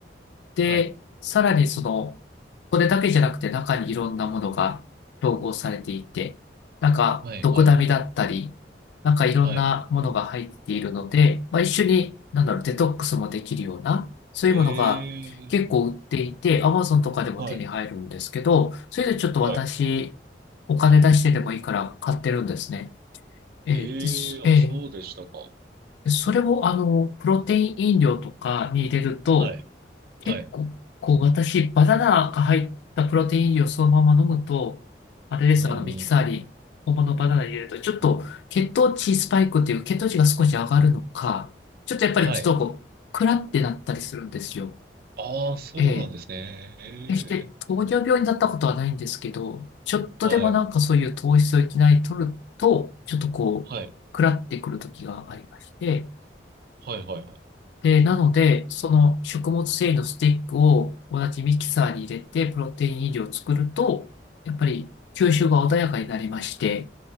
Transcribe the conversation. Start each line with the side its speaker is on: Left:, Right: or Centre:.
Left: で、
Right: はい。
Left: さらにその、これだけじゃなくて中にいろんなものが統合されていて、なんか、
Right: はい。
Left: ドクダミだったり、
Right: はい。はい。
Left: なんかいろんなものが入っているので、
Right: はい。
Left: まあ、一緒に、なんだろう、デトックスもできるような、そういうものが結構売っていて、
Right: えー、
Left: Amazon とかでも手に入るんですけど、
Right: はい。
Left: それでちょっと私、
Right: はい。
Left: お金出してでもいいから買ってるんですね。えーですえー
Right: えー、あ、そうでしたか。
Left: それを、あの、プロテイン飲料とかに入れると、
Right: はい。
Left: 結構、
Right: はい。
Left: こう、私、バナナが入ったプロテイン飲料をそのまま飲むと、あれです、
Right: うんうんうん。
Left: あの、ミキサーに本物のバナナ入れると、ちょっと血糖値スパイクっていう血糖値が少し上がるのか、ちょっとやっぱりちょっとこう、
Right: はい。
Left: クラってなったりするんですよ。
Right: ああ、そうなんですね。
Left: ええ。
Right: ええ
Left: 決して糖尿病になったことはないんですけど、ちょっとでもなんかそういう糖質をいきなり取ると、
Right: はい。
Left: ちょっとこう、
Right: はい。
Left: クラってくる時がありまして、
Right: はいはいはい。
Left: で、なので、その食物繊維のスティックを同じミキサーに入れて、プロテイン飲料を作ると、やっぱり吸収が穏やかになりまして、